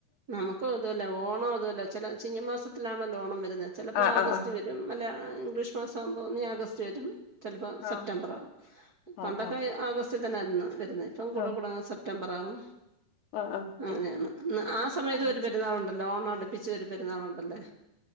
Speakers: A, on the right; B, on the left.
A: നമുക്കും അതുമല്ല ഓണം അതുമല്ല ചിങ ചിങ്ങമാസത്തിലാണല്ലോ ഓണം വരുന്നത് ചലപ്പോൾ
B: ആ
A: ആഗസ്റ്റ്
B: ആ ആ
A: വരും അല്ല ഇംഗ്ലീഷ് മാസാകുമ്പോ ഒന്നി ആഗസ്റ്റ് വരും ചെലപ്പോൾ
B: ആഹ്
A: സെപ്റ്റംബർ ആകും
B: ആഹ്
A: പണ്ടൊക്കെ ആഗസ്റ്റിൽ തന്നൊയിരുന്നു വരുന്നത് ഇപ്പം
B: ആഹ്
A: കൂടെകൂടങ്ങ് സെപ് സെപ്റ്റമ്പറാവും
B: ആഹ് ആഹ്
A: അങ്ങനെയാണ്
B: ആഹ്
A: ആ സമയത്ത്
B: ആഹ്
A: ഒരു പെരുന്നാളുണ്ടല്ലോ ഓണം അടുപ്പിച്ച് ഒരു പെരുന്നാളുണ്ടല്ലേ